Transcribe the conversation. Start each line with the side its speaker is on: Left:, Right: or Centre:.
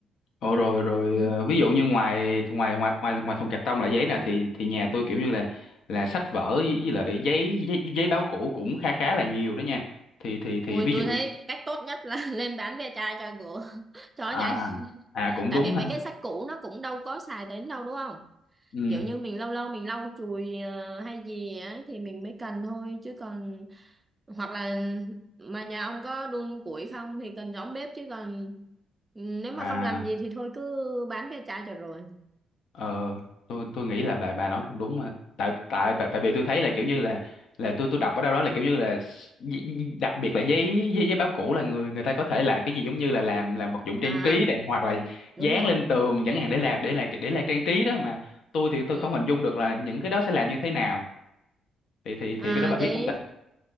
Left: Ồ, rồi rồi
Right: ừ.
Left: ờ, ví dụ như ngoài ngoài ngoài ngoài ngoài thùng cạc tông là giấy nè thì thì nhà tôi kiểu như là là sách vở với, với lại giấy, giấy giấy báo cũ cũng khá khá là nhiều đó nha thì thì thì
Right: Ui
Left: ví
Right: tôi
Left: dụ
Right: thấy cách tốt nhất là <laughs> lên bán ve chai cho ngựa <laughs> cho
Left: à
Right: nhanh
Left: à cũng
Right: tại
Left: đúng
Right: vì mấy
Left: ha
Right: cái sách cũ nó cũng đâu có xài đến đâu đúng không
Left: ừ
Right: kiểu như mình lâu lâu mình lau chùi ờ, hay gì á thì mình mới cần thôi chứ còn hoặc là mà nhà ông có đun củi không thì cần giống bếp chứ còn nếu
Left: à
Right: mà không làm gì thì thôi cứ bán ve chai cho rồi
Left: Ờ, tôi tôi nghĩ là bà bà nói cũng đúng mà tại tại tại tại vì tôi thấy là kiểu như là là tôi tôi đọc ở đâu đó là kiểu như là gi- đặc biệt là giấy giấy giấy báo cũ là người người ta có thể làm cái gì giống như là làm làm vật dụng trang
Right: à
Left: trí này hoặc là
Right: đúng
Left: dán
Right: rồi
Left: lên tường chẳng hạn để làm để làm để làm trang trí đó mà tôi thì tôi
Right: ừ.
Left: không hình dung được là những cái đó sẽ làm như thế nào thì thì thì
Right: à
Left: cái đó bà
Right: vậy
Left: biết không ta